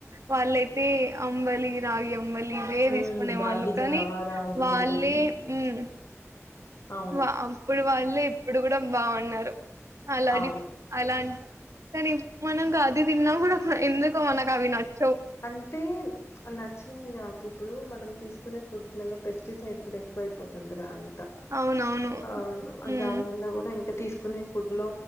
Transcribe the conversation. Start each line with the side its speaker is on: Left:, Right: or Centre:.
Right: వాళ్ళయితే అంబలి రాగి ఆవ్ అంబలి ఇవే
Left: హ్మ్.
Right: తీసుకునే
Left: రాగి
Right: వాళ్ళు
Left: జావా,
Right: కానీ
Left: రాగి
Right: వాళ్ళే
Left: అంబలి.
Right: మ్మ్
Left: అవును.
Right: వా అప్పుడు వాళ్ ళ్ళే ఇప్పుడు కూడా బాగున్నారు అలాగే
Left: అవును.
Right: అలాంట్ కానీ మనం గ అది తిన్నా కూడా ఎందుకు మనకు అవి నచ్
Left: అంటే నచ్చంది కాదు ఇప్పుడు మనం తీసుకున్ కునే ఫుడ్లలో పెస్టిసైడ్ కూడా ఎక్కువ అయిపోతుందిరాన్
Right: అవునవును
Left: ఆ
Right: మ్మ్
Left: దాని వల్ల కూడా ఇంకా తీసుకునే ఫుడ్ లో